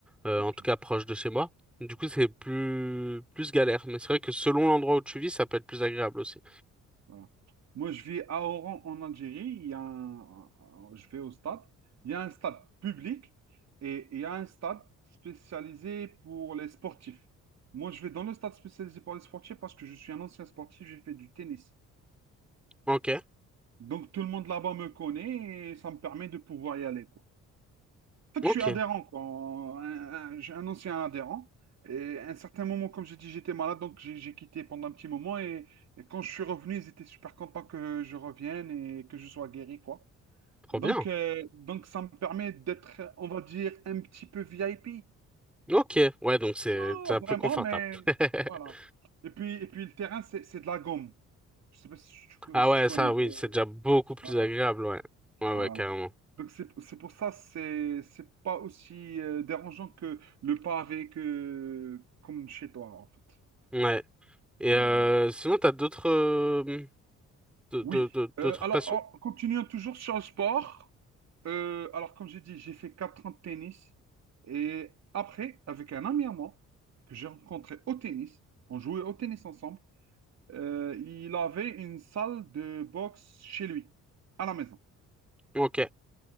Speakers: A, in the centre; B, on the right (about 60°).
A: Euh,
B: ok.
A: en tout cas, proche de chez moi. Du coup, c'est plus plus galère. Mais c'est vrai que selon l'endroit où tu vis, ça peut être plus agréable aussi.
B: Voilà. Moi, je vis à Oran, en Algérie. Il y a un- un- un- je vais au stade. Il y a un stade public et il y a un stade spécialisé pour les sportifs. Moi, je vais dans le stade spécialisé pour les sportifs parce que je suis un ancien sportif, j'ai fait du tennis.
A: Ok,
B: Donc, tout le monde là-bas me connaît et ça me permet de pouvoir y aller, quoi. En fait,
A: ok,
B: je suis adhérent, quoi. Un- un- J'ai un ancien adhérent. Et à un certain moment, comme j'ai dit, j'étais malade, donc j'ai j'ai quitté pendant un petit moment. Et, et quand je suis revenu, ils étaient super contents que je revienne et que je sois guéri, quoi.
A: trop
B: Donc,
A: bien.
B: euh, donc ça me permet d'être, on va dire, un petit peu VIP.
A: Ok, ouais, donc c'est
B: Pas
A: déjà
B: vraiment,
A: plus confortable.
B: mais
A: <laughs>
B: voilà. Et puis, et puis le terrain, c'est c'est de la gomme. Je sais pas si tu,
A: Ah
B: si
A: ouais,
B: tu connais
A: ça, oui,
B: le-
A: c'est déjà beaucoup plus
B: voilà.
A: agréable, ouais. Ouais,
B: Voilà.
A: ouais, carrément.
B: Donc c'est c'est pour ça, c'est c'est pas aussi euh, dérangeant que le pavé que comme chez toi en fait.
A: Ouais. Et
B: Voilà.
A: euh, sinon, t'as d'autres euh, de- de-
B: Oui.
A: de- d'autres
B: Euh, alors
A: passions?
B: en- continuons toujours sur le sport. Euh, alors comme j'ai dit, j'ai fait 4 ans de tennis et après avec un ami à moi que j'ai rencontré au tennis, on jouait au tennis ensemble. euh, il avait une salle de boxe chez lui à la maison.
A: Ok,